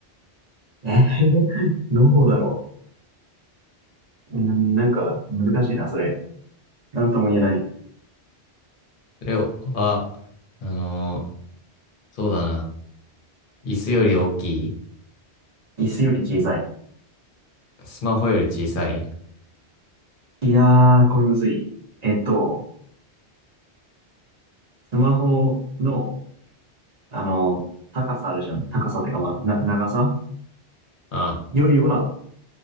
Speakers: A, on the right; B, on the left.
A: えー <laughs> どうだろう。うん、なんか、難しいな、それ。なんとも言えない。
B: それは、あのーそうだな。椅子より大きい
A: 椅子より小さい。
B: スマホより小さい
A: いやー、これむずい。えっと、スマホの、あの、高さあるじゃん。高さってか、まあ、な、長さ
B: あ
A: よりは、